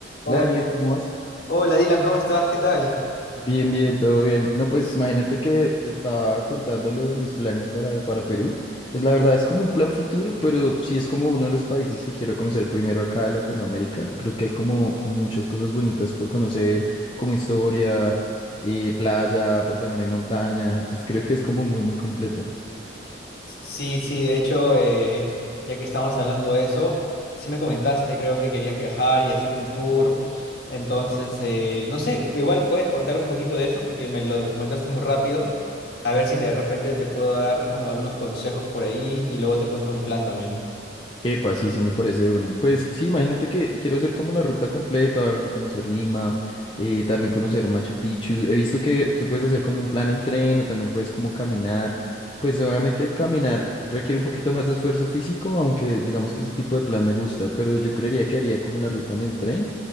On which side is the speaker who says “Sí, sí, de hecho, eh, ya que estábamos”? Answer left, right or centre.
Left